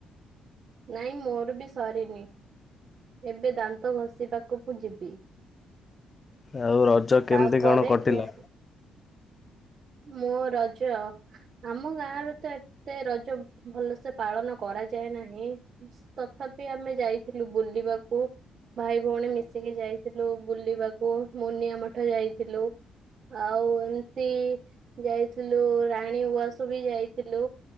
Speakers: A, on the right; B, on the left.
A: ନାଇଁ ମୋର ବି ସରିନି ଏବେ ଦାନ୍ତ ଘଷିବାକୁ ମୁଁ ଯିବି।
B: ଆଉ ରଜ କେମିତି
A: ତାପରେ
B: କଣ କଟିଲା?
A: ଖିଆ ମୋ ରଜ ଆମ ଗାଁ ରେ ତ ଏତେ ରଜ ଭଲସେ ପାଳନ କରାଯାଏ ନାହିଁ। ତଥାପି ଆମେ ଯାଇଥିଲୁ ବୁଲିବାକୁ। ଭାଇ ଭଉଣୀ ମିଶିକି ଯାଇଥିଲୁ ବୁଲିବାକୁ ମୁଁନିଆଁ ମଠ ଯାଇଥିଲୁ। ଆଉ ଏମିତି ଯାଇଥିଲୁ ରାଣୀ ଉଆସ ବି ଯାଇଥିଲୁ।